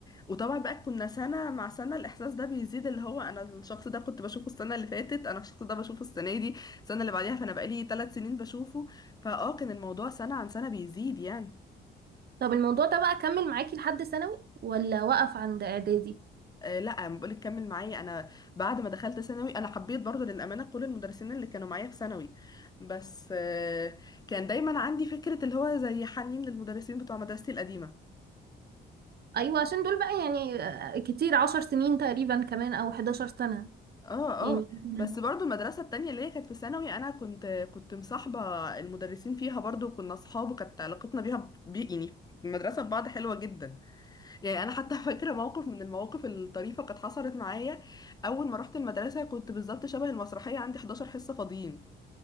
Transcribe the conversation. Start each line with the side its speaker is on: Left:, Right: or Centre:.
Left: وطبعا بقى كنا سنه مع سنه الاحساس ده بيزيد اللي هو انا الشخص ده كنت بشوفه السنه اللي فاتت انا الشخص ده بشوفه السنه دي السنه اللي بعديها فانا بقالي ثلاث سنين بشوفه فاه كان الموضوع سنه عن سنه بيزيد يعني
Right: طب الموضوع ده بقى كمل معاكي لحد ثانوي ولا وقف عند اعدادي
Left: آه، لا أنا بقولك كمل معايا انا بعد ما دخلت ثانوي انا حبيت برضو للامانه كل المدرسين اللي كانوا معايا في ثانوي بس آه، كان دايما عندي فكره اللي هو زي حنين للمدرسين بتوع مدرستي القديمه
Right: ايوه عشان دول بقى يعني آه، كتير عشر سنين تقريبا كمان او 11 سنة
Left: اه
Right: يعني
Left: اه
Right: <laughs>
Left: بس برضو المدرسه التانية اللي هي كانت في ثانوي انا كنت كنت مصاحبه المدرسين فيها برضو كنا اصحاب وكانت علاقتنا بيها بي يعني المدرسه ببعض حلوه جدا يعني انا حتى <laughs> فاكره موقف من المواقف الطريفه كانت حصلت معايا اول ما رحت المدرسه كنت بالظبط شبه المسرحيه عندي 11 حصه فاضيين